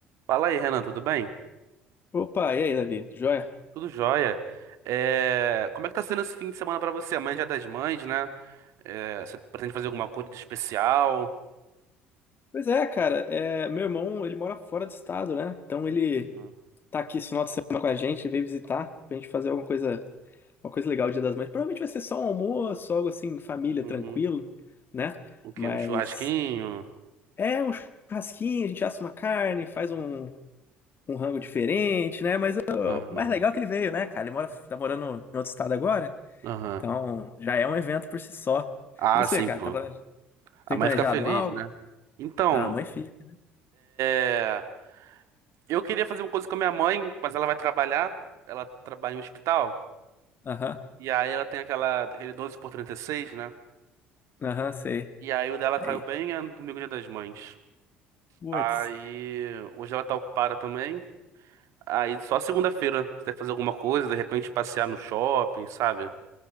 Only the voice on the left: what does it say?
Opa, e aí, Davi? Joia?
Pois é, cara, é, meu irmão, ele mora fora do estado, né? Então ele
tá aqui esse final de semana com a gente, veio visitar pra gente fazer alguma coisa, uma coisa legal, o Dia das Mães. Provavelmente vai ser só um almoço, algo assim, família,
tranquilo, né?
Mas
é um churrasquinho, a gente assa uma carne, faz um, um rango diferente, né? Mas ó,
o mais legal é que ele veio, né, cara? Ele mora, tá morando em outro estado agora,
então já é um evento por si só.
E você,
cara,
tá plane-
tem
planejado
algo?
Ah, mãe e filho.
Aham.
Aham, sei.
Aí.
Putz.